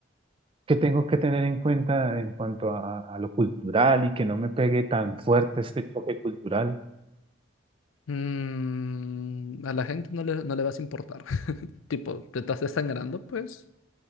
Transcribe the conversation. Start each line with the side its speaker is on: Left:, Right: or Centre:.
Right: ¿qué tengo que tener en cuenta en cuanto a, a lo cultural y que no me pegue tan fuerte este choque cultural?
Left: Mm, a la gente no le, no le vas a importar. <laughs> Tipo, te estás desangrando, pues,